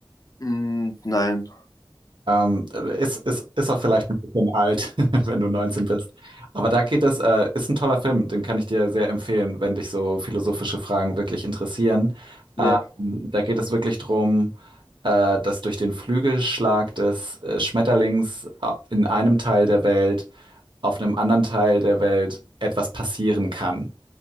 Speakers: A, on the left (about 40°); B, on the right (about 60°).
A: Mm, nein.
B: Ähm, ist, ist, ist auch vielleicht ein bisschen alt, <laughs> wenn du 19 bist. Aber da geht es, äh, ist ein toller Film, den kann ich dir sehr empfehlen, wenn dich so philosophische Fragen wirklich interessieren.
A: Ja,
B: Ähm, da geht es wirklich drum, äh, dass durch den Flügelschlag des äh, Schmetterlings äh, in einem Teil der Welt, auf einem anderen Teil der Welt etwas passieren kann.